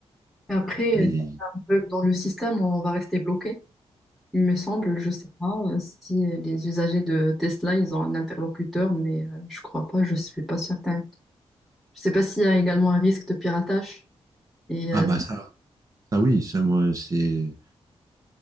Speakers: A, in the centre; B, on the right.
A: Et après,
B: Euh, et-
A: euh, si on veut, dans le système, on va rester bloqué. Il me semble, je sais pas euh, si euh, les usagers de Tesla, ils ont un interlocuteur, mais euh, je crois pas, je suis pas certaine. Je sais pas s'il y a également un risque de piratage. Et
B: Ah
A: euh,
B: bah ça, ça oui, ça moi c'est